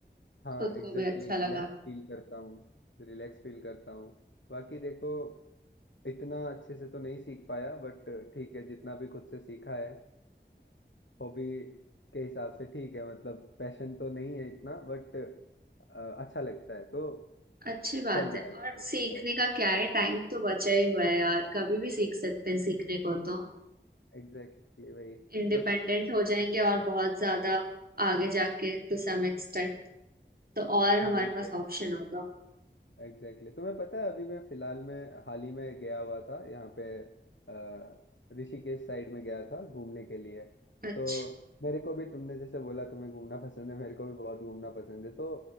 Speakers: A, on the left; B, on the right.
A: हाँ
B: खुद
A: एग्जैक्टली
B: को भी अच्छा लगाना
A: रिलैक्स फील करता हूँ रिलैक्स फील करता हूँ बाकी देखो इतना अच्छे से तो नहीं सीख पाया बट ठीक है जितना भी खुद से सीखा है हॉबी के हिसाब से ठीक है मतलब पैशन तो नहीं है इतना बट अच्छा लगता है तो
B: अच्छी बात
A: चल रहा
B: है
A: है
B: और
A: बस
B: सीखने
A: ये काम
B: का क्या है टाइम तो बचा ही हुआ है यार कभी भी सीख सकते हैं सीखने को तो
A: एग्जैक्टली exactly, वही
B: इंडिपेंडेंट
A: बस
B: हो जाएंगे
A: लगता
B: और
A: है
B: बहुत ज्यादा आगे जाके टू सम एक्सटेंट तो और हमारे
A: हाँ एग्जैक्ट
B: पास ऑप्शन होगा
A: एग्जैक्टली तुम्हें पता है अभी मैं फिलहाल में हाल ही में गया हुआ था यहाँ पे अ, ऋषिकेश साइड में गया था घूमने के लिए
B: अच्छा
A: तो मेरे को भी तुमने जैसे बोला तुम्हें घूमना पसंद है मेरे को भी बहुत घूमना पसंद है तो